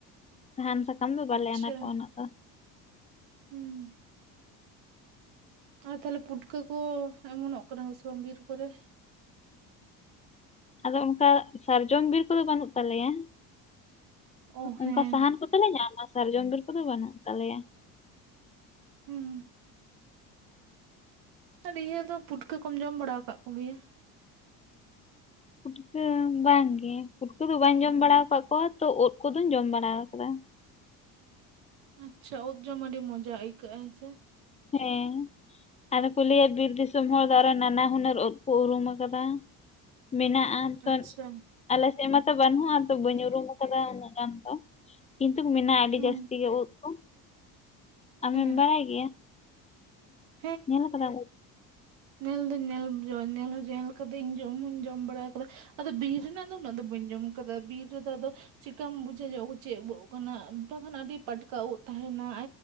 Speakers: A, on the left; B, on the right.
A: ᱥᱟᱦᱟᱱ ᱥᱟᱠᱟᱢ ᱫᱚ ᱵᱟᱞᱮ
B: ᱟᱪᱪᱷᱟ
A: ᱟᱱᱟᱴᱚᱜ-ᱟ ᱩᱱᱟᱹᱜ ᱫᱚ᱾
B: ᱦᱩᱸ ᱟᱨ ᱛᱟᱦᱚᱞᱮ ᱯᱩᱴᱠᱟᱹ ᱠᱚ ᱮᱢᱚᱱᱚᱜ ᱠᱟᱱᱟ ᱠᱚ ᱥᱮ ᱵᱟᱝ ᱵᱤᱨ ᱠᱚᱨᱮ?
A: ᱟᱫᱚ ᱚᱱᱠᱟ ᱥᱟᱨᱡᱚᱢ ᱵᱤᱨ ᱠᱚᱫᱚ ᱵᱟᱹᱱᱩᱜ ᱛᱟᱞᱮᱭᱟ
B: ᱚ ᱦᱮᱸ
A: ᱚᱱᱠᱟ ᱥᱟᱦᱟᱱ ᱠᱚ ᱫᱚᱞᱮ ᱧᱟᱢᱟ ᱥᱟᱨᱡᱚᱢ ᱵᱤᱨ ᱠᱚᱫᱚ ᱵᱟᱹᱱᱩᱜ ᱛᱟᱞᱮᱭᱟ
B: ᱦᱩᱸ ᱟᱨ ᱤᱭᱟᱹ ᱫᱚ ᱯᱩᱴᱠᱟᱹ ᱠᱚᱢ ᱡᱚᱢ ᱵᱟᱲᱟᱣ ᱠᱟᱫ ᱠᱚ ᱜᱮᱭᱟ?
A: ᱯᱩᱴᱠᱟᱹ ᱵᱟᱝ ᱜᱮ, ᱯᱩᱴᱠᱟᱹ ᱫᱚ ᱵᱟᱹᱧ ᱡᱚᱢ ᱵᱟᱲᱟᱣ ᱠᱟᱫ ᱠᱚᱣᱟ ᱛᱚ᱾ ᱩᱫ ᱠᱚᱫᱚᱧ ᱡᱚᱢ ᱵᱟᱲᱟᱣ ᱠᱟᱫᱟ᱾
B: ᱟᱪᱪᱷᱟ, ᱩᱫ ᱡᱚᱢ ᱟᱹᱰᱤ ᱢᱚᱡᱟ ᱟᱹᱭᱠᱟᱹᱜᱼᱟ ᱦᱮᱸ ᱥᱮ᱾
A: ᱦᱮᱸ, ᱟᱫᱚ ᱠᱚ ᱞᱟᱹᱭᱟ ᱵᱤᱨ ᱫᱤᱥᱚᱢ ᱦᱚᱲ ᱫᱚ ᱟᱨᱚ ᱱᱟᱱᱟ ᱦᱩᱱᱟᱹᱨ ᱩᱫ ᱠᱚ ᱩᱨᱩᱢ ᱟᱠᱟᱫᱟ᱾ ᱢᱮᱱᱟᱜᱼᱟ ᱛᱚ
B: ᱟᱪᱪᱷᱟ
A: ᱟᱞᱮᱥᱮᱫ ᱢᱟᱛᱚ ᱵᱟᱹᱱᱩᱜᱼᱟ ᱛᱚ, ᱵᱟᱹᱧ ᱩᱨᱩᱢ ᱟᱠᱟᱫᱟ ᱩᱱᱟᱹᱜ ᱜᱟᱱ ᱛᱚ᱾ ᱠᱤᱱᱛᱩ ᱢᱮᱱᱟᱜᱼᱟ ᱟᱹᱰᱤ
B: ᱦᱩᱸ
A: ᱡᱟᱹᱥᱛᱤ ᱜᱮ ᱩᱫ ᱠᱚ᱾ ᱟᱢᱮᱢ
B: ᱦᱮᱸ
A: ᱵᱟᱲᱟᱭ ᱜᱮᱭᱟ?
B: <inaudible>
A: ᱧᱮᱞ ᱠᱟᱫᱟᱢ ᱩᱫ?
B: ᱱᱮᱞ ᱫᱚ ᱧᱮᱞ ᱡᱮᱞ <unintelligible> ᱠᱟᱹᱫᱟᱹᱧ ᱡᱚᱢ ᱦᱩᱧ ᱡᱚᱢ ᱵᱟᱲᱟᱣ ᱠᱟᱫᱟ᱾ ᱟᱫᱚ ᱵᱤᱨ ᱨᱮᱱᱟᱜ ᱫᱚ ᱩᱱᱟᱹᱜ ᱫᱚ ᱵᱟᱹᱧ ᱡᱚᱢ ᱠᱟᱫᱟ᱾ ᱵᱤᱨ ᱨᱮᱫᱚ ᱟᱫ ᱟᱫᱚ ᱪᱤᱠᱟᱢ ᱵᱩᱡᱷᱟᱹ ᱧᱚᱜ ᱪᱮᱫ ᱩᱫ ᱠᱟᱱᱟ, ᱵᱟᱠᱷᱟᱱ ᱟᱹᱰᱤ ᱯᱟᱴᱠᱟ ᱩᱫ ᱛᱟᱸᱦᱮᱸᱱᱟ᱾